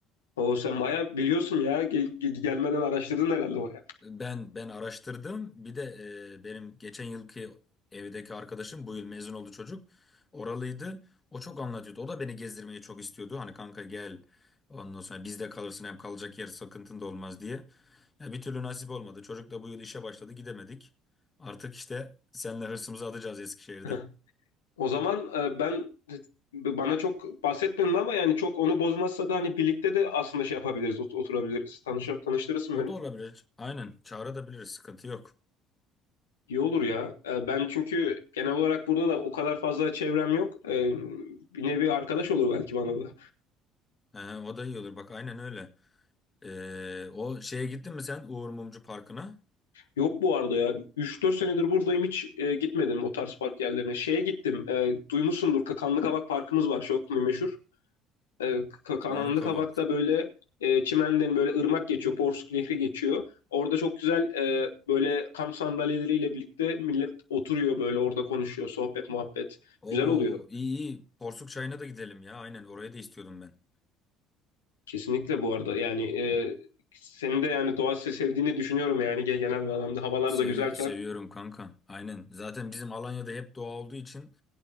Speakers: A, on the left; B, on the left.
A: O sen bayağı biliyorsun ya. Ge- ge- Gelmeden araştırdın herhalde bayağı.
B: Ben ben araştırdım. Bir de e, benim geçen yılki evdeki arkadaşım bu yıl mezun oldu çocuk. Oralıydı. O çok anlatıyordu. O da beni gezdirmeyi çok istiyordu. Hani kanka gel. Ondan sonra bizde kalırsın hem kalacak yer sıkıntın da olmaz diye. Ya bir türlü nasip olmadı. Çocuk da bu yıl işe başladı gidemedik. Artık işte seninle hırsımızı atacağız Eskişehir'de.
A: <laughs> O zaman e, ben bana çok bahsetmedin ama yani çok onu bozmazsa da hani birlikte de aslında şey yapabiliriz, ot- oturabiliriz. Tanış tanıştırırsın
B: O
A: beni.
B: da olabilir. Aynen çağırabiliriz sıkıntı yok.
A: İyi olur ya. E, Ben çünkü genel olarak burada da o kadar fazla çevrem yok. E, Bir nevi arkadaş olur belki bana da.
B: Ee, o da iyi olur bak aynen öyle. Ee, o şeye gittin mi sen Uğur Mumcu Parkı'na?
A: Yok bu arada ya. üç dört senedir buradayım hiç e, gitmedim o tarz park yerlerine. Şeye gittim. E, Duymuşsundur Kakanlı Kavak Parkımız var çok meşhur. E, Ka- Kananlı
B: Kanlıkavak.
A: Kabak'ta böyle e, çimenlerin böyle ırmak geçiyor, Porsuk Nehri geçiyor. Orada çok güzel e, böyle kamp sandalyeleriyle birlikte millet oturuyor böyle orada konuşuyor, sohbet muhabbet.
B: Oo
A: Güzel oluyor.
B: iyi iyi. Porsuk çayına da gidelim ya. Aynen oraya da istiyordum ben.
A: Kesinlikle bu arada yani e, senin de yani doğa sevdiğini düşünüyorum yani ge- genel bir adamda. Havalar
B: Sevi-
A: da güzelken.
B: seviyorum kanka. Aynen. Zaten bizim Alanya'da hep doğa olduğu için